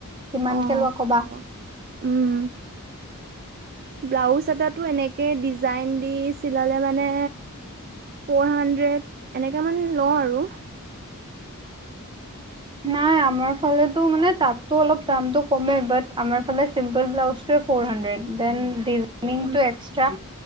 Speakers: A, on the right; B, on the right.
A: কিমানকে
B: অ
A: লোৱা
B: হ'ব
A: কবা
B: উম ব্লাউজ এটাত টো এনেকে ডিজাইন দি চিলালে মানে ফ'ৰ হাণ্ড্ৰেড এনেক মান লওঁ আৰু
A: নাই আমাৰ ফালো মানে তাতো অলপ দামতটো কমেই ব আমাৰ ফালে simple blouse four hundred then the <unintelligible>
B: um,
A: extra